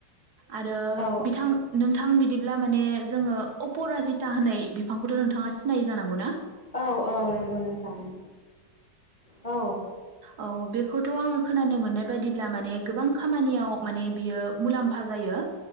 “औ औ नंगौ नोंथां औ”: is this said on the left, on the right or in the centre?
Left